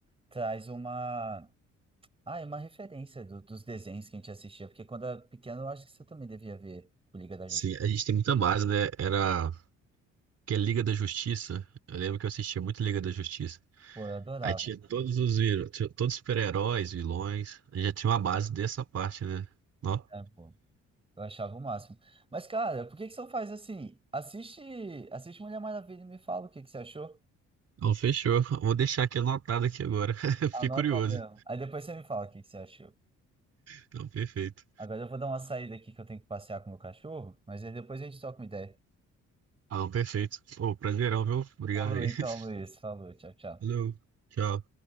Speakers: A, on the right; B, on the right.
A: traz uma, ah, é uma referência do- dos desenhos que a gente assistia, porque quando era pequeno eu acho que você também devia ver o Liga da
B: Sim,
A: Justiça.
B: a gente tem muita base, né? Era que é Liga da Justiça. Eu lembro que eu assistia muito Liga da Justiça.
A: Pô, eu adorava,
B: Aí tinha todos os vilões, todos os super-heróis, vilões. A gente já tinha uma base dessa parte, né? Ó,
A: né, pô? Eu achava o máximo. Mas, cara, por que que você não faz assim? Assiste, assiste Mulher Maravilha e me fala o que que você achou.
B: então fechou. Vou deixar aqui anotado aqui agora. <laughs> Fiquei
A: Anota
B: curioso.
A: mesmo. Aí depois você me fala o que que você achou.
B: Então, perfeito.
A: Agora eu vou dar uma saída aqui que eu tenho que passear com o meu cachorro, mas aí depois a gente toca uma ideia.
B: Ah, perfeito. Ô, prazerão, viu? Obrigado
A: Falou
B: aí.
A: então,
B: <laughs>
A: Luiz. Falou, tchau, tchau.
B: Valeu. Tchau.